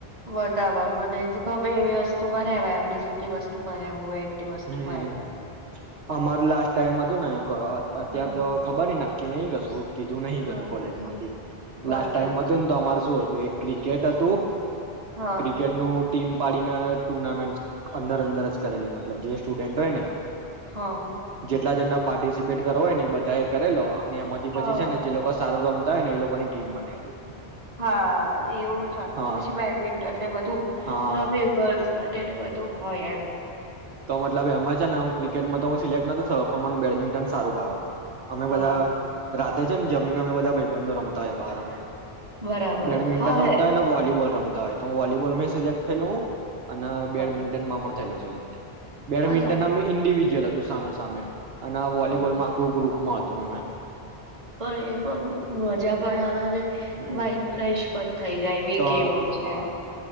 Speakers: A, on the right (about 30°); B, on the right (about 75°).
A: બધામાં મને ખપે એવી વસ્તુમાં રેવાય આપડે જેટલી વસ્તુ મા રેવું હોય. એટલી વસ્તુમાં
B: હમ
A: એમ
B: અમાર લાસ્ટ ટાઈમ હતું ને અત્યાર
A: હા
B: તો ખબર <unintelligible> કે નહીં કસું કીધું નહી
A: હા
B: કશું કોલેજ માંથી
A: બરાબર
B: લાસ્ટ ટાઈમ
A: છે
B: હત ને તો અમાર શું હતું ક્રિકેટ હતું.
A: હા
B: ક્રિકેટ નું ટીમ પાડીને ટુર્નામેન્ટ અંદર અંદર જ કરેલી મત લબ જે સ્ટુડન્ટ હોય ને
A: હા.
B: કેટલા જણને પાર્ટિસિપેટ કરવો હોય ને એ બધા એ કરેલો ને એમાંથી
A: હા
B: પછી છે ને જે લોકો સારું રમ ને એ લોકોની ટીમ બનેલી.
A: હા એવું છે
B: હા
A: પછી બેડમિન્ટન ને બધું
B: હા
A: રવ ગર્લ્સ માટે. બધું હોય એમ.
B: તો મતલબ એમાં છે ને હું ક્રિકેટમાં તો હું સિલેક્ટ નતો પણ મને બેડમિન્ટન સારું ભાવે. અમે
A: હા
B: બધા રાતે છે ને જમીન અમે બધા ભાઈબંધો રમતા હોય બહાર અમે.
A: બરાબર
B: બેડમિન્ટન
A: હા
B: આમ
A: એ
B: તો હો ને વોલીબોલ. રમતા હોય તો હ વોલીબોલ મેં સિલેક્ટ કર્યું. અને બેડમિન્ટન
A: હા
B: માં પણ થ સિલેક્ટ. બેડમિન્ટનના
A: બસ સાચું
B: મે ઇન્ડિવિજ્યુઅલ હતા. તુ સામે સામે. અને આ વોલીબોલમાં
A: હા
B: આખુ ગ્રુપ. મા હતું મેં.
A: પણ એમાં મજા પણ આવે ને.
B: હમ
A: માઈન્ડ ફ્રેશ પણ થઈ જાય એવી
B: તો
A: ગેમો છે
B: હા